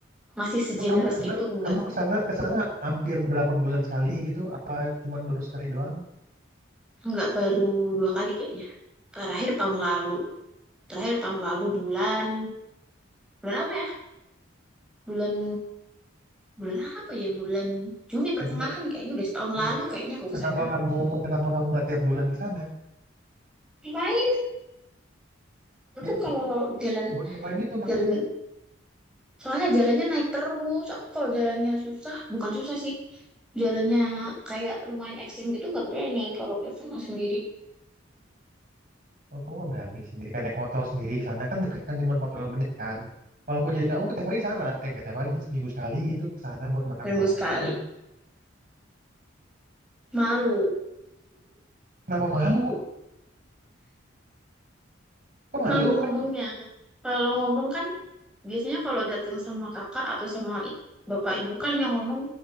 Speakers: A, in the centre; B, on the right.
A: Masih segenerous
B: Emang kamu karena
A: itu nggak
B: kamu ke sana ke sana hampir berapa bulan sekali gitu? Apa cuman baru sekali doang?
A: nggak baru dua kali kayaknya. Terakhir tahun lalu. Terakhir tahun lalu bulan bulan apa ya? bulan bulan apa ya bulan Juni
B: Kan
A: pertengahan kayaknya udah setahun
B: Ken-
A: lalu
B: ken-
A: kayaknya aku
B: Kenapa
A: ke sana
B: kamu kenapa kamu nggak tiap bulan ke sana?
A: ngapain aku
B: Ya
A: kalau jalan
B: buat nyobain itu makan
A: jalan
B: itu.
A: soalnya jalannya naik terus aku kalau jalannya susah bukan susah sih jalannya kayak lumayan ekstrim gitu nggak berani kalau ke sana sendiri
B: Oh, kamu nggak berani sendiri kan naik motor sendiri ke sana kan dekat kan cuma 40 menit kan. Kalau aku jadi kamu ke tiap hari ke sana, eh nggak tiap hari sih seminggu sekali gitu ke sana buat makan
A: seminggu
B: brokos
A: sekali
B: doang.
A: malu
B: Kenapa malu? Kok malu
A: malu ngomongnya
B: kan?
A: kalau ngomong kan biasanya kalau datang sama kakak atau sama i- bapak ibu kan yang ngomong